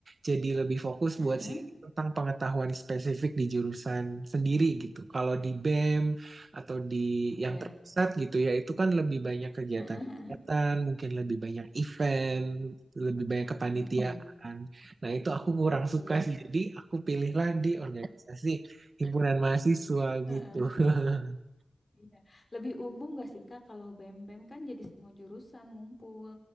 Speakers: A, on the right (about 50°); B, on the left (about 30°).
A: jadi lebih fokus
B: Heeh,
A: buat sharing tentang pengetahuan spesifik di jurusan sendiri gitu. Kalau di BEM atau di
B: iya.
A: yang terpusat gitu ya, itu kan lebih banyak kegiatan-kegiatan,
B: Heeh, heeh.
A: mungkin lebih banyak event, lebih banyak kepanitiaan.
B: Mm-mm.
A: Nah, itu aku kurang suka
B: Iya,
A: sih. Jadi aku pilihlah di organisasi himpunan mahasiswa
B: heeh,
A: gitu. <laughs>
B: iya. Lebih umum gak sih Kak kalau BEM-BEM kan jadi semua jurusan ngumpul.